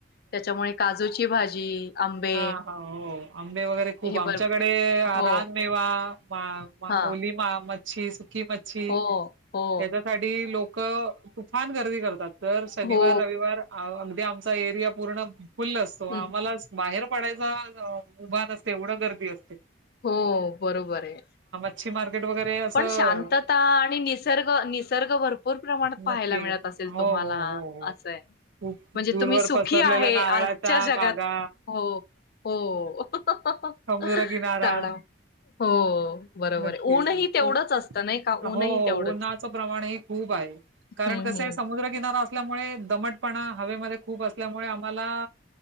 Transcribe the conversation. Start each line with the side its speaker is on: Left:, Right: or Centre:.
Left: त्याच्यामुळे काजूची भाजी आंबे
Right: हा् हा् हो आंबे वगैरे खूप
Left: हे
Right: आमच्याकडे
Left: बर हो
Right: रानमेवा म म
Left: हा
Right: ओली म म <unintelligible> ही मच्छी
Left: हो हो
Right: हेच्यासाठी लोक तूफान गर गर्दी करतात दर शनीवार
Left: हो
Right: रविवार आमचा एरिया पूर्ण फुल्ल असतो
Left: हं
Right: आम्हालाच बाहेर पडायचा उभा असते एवढं गर्दी असते ते
Left: हो बरोबर आहे
Right: <unintelligible> असं
Left: पण शांतता आणि निसर्ग निसर्ग भरपूर भरपूर प्रमाणात
Right: नक्की
Left: पाहायला मिळत असेल
Right: हो
Left: तुम्हाला
Right: हो हो हो
Left: असंय
Right: खूप
Left: म्हणजे
Right: दूरवर
Left: तुम्ही सुखी
Right: पसरलेल्या
Left: आहे,
Right: नारळाच्या
Left: आजच्या जगात
Right: बागा
Left: हो हो हो
Right: समुद्रकिनारा
Left: हंहह हो बरोबर
Right: नक्की
Left: आहे ऊनही
Right: हो
Left: असतं नाही का? ऊनही
Right: हो
Left: तेवढंच.
Right: उन्हाच प्रमाण ह खूप आहे कारण
Left: हं,
Right: कस
Left: हं.
Right: आहे समुद्र किनारा अल्यामुळे दमटपणा हवेमध्ये खूप असल्यामुळे आम्हाला